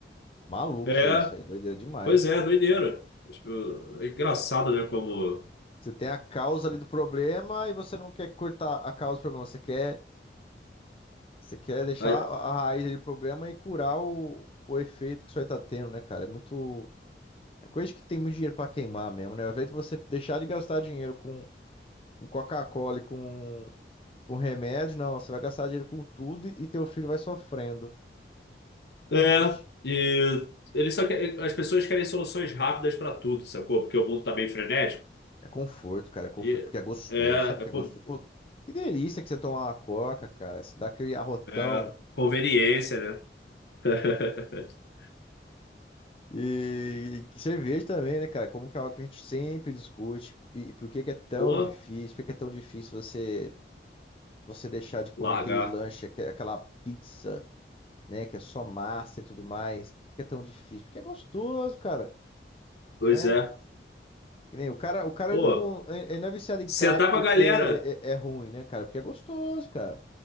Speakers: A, on the left; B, on the left.
A: Maluco
B: É,
A: isso aí, isso aí é doideira demais.
B: Pois é, doideira. Tipo, é engraçado, né? Como.
A: Você tem a causa ali do problema e você não quer cortar a causa do problema, você quer, você quer deixar
B: É,
A: a a raiz ali do problema e curar o, o efeito que isso aí tá tendo, né, cara? É muito. É coisa que tem muito dinheiro pra queimar mesmo, né? Ao invés de você deixar de gastar dinheiro com, com Coca-Cola e com, com remédio, não, você vai gastar dinheiro com tudo e, e teu filho vai sofrendo.
B: é,
A: Oxi,
B: e eles só que- as pessoas querem soluções rápidas para tudo, sacou? Porque o mundo tá bem frenético.
A: é conforto, cara, é conforto
B: E
A: porque é gostoso,
B: é,
A: sabe o
B: é,
A: que é
B: con-
A: gostoso? Pô, que delícia que você tomar uma Coca, cara, se dá aquele arrotão.
B: é conveniência, né? <laughs>
A: E, e cerveja também, né, cara? Como que é algo que a gente sempre discute e, e por que que é tão
B: Pô,
A: difícil? Por que que é tão difícil você você deixar de comer
B: largar.
A: aquele lanche, aque- aquela pizza, né, que é só massa e tudo mais? Por que é tão difícil? Porque é gostoso, cara,
B: Pois
A: né?
B: é.
A: Que nem o cara, o cara
B: Pô,
A: não, ele não é viciado em
B: sentar
A: crack porque
B: com a galera.
A: é, é- é ruim, né, cara? Porque é gostoso, cara.